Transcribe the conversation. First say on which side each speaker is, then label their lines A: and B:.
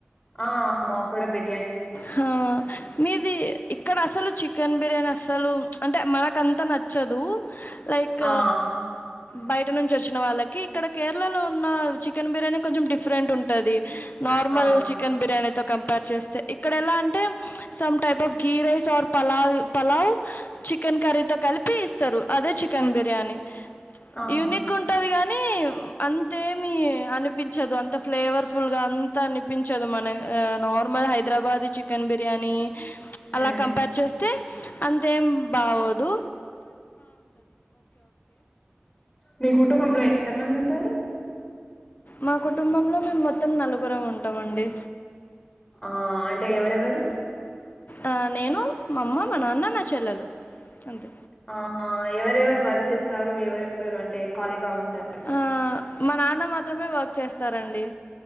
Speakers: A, on the left (about 20°); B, on the left (about 45°).
A: ఆ అమ్ మా కూడా బి
B: హా మీది ఇక్కడ అసలు చిక్క్ చికెన్ బిర్యానీ అసలు అంటే మనక్ అంత నచ్చదు లైక్
A: ఆ
B: బైక్ ఇంటి నుంచి వచ్చిన వాళ్ళకి ఇక్కడ కేరళ లో ఉన్న చికెన్ బిర్యానీ కొంచెం డిఫరెంట్ ఉంటూ ఉంటది నార్మల్
A: ఆ
B: చికెన్ బిర్యానితో కంపేర్ చేస్తే ఇక్కడ ఎలా అంటే some type of ghee rice or pulao pulao chicken కర్రీతో కలిపి ఇస్తారు అదే చికెన్ బిర్యానీ
A: ఆహాహా
B: యూనిక్ ఉంటది గానీ అంత అంతే మీ అనిపించదు అంత ఫ్లేవర్ ఫుల్ గా అంత అనిపించదు మన నార్మల్ హై హైదరాబాద్ చికెన్ బిర్యానీ
A: మ్మ్
B: అలా కంపేర్ చేస్తే అంతేం బావదు
A: మీ కుటుంబంలో ఎంత మంది ఉంటారు
B: మా కుటుంబంలో మేము మొత్తం నలుగుర ఉంటాండి
A: ఆ అంటే ఎవరెవరు
B: ఆ నేను మా అమ్మ మా నాన్న నా చెల్లెలు అంతే
A: ఆ ఎవరెవరు వర్క్ చేస్తారు ఎవరెవరు అంటే ఖాళీగా ఉంటారు
B: ఆ మా నాన్న మాత్రమే వర్క్ చేస్తారండి